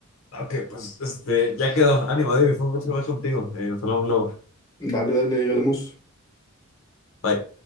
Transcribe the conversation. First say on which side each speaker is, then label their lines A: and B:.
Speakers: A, on the left; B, on the left.
A: Ok, pues este, ya quedó. Ánimo, David, fue un gusto hablar contigo. Eh, nos hablamos luego.
B: Dale, dale, ahí hablamos.
A: Bye.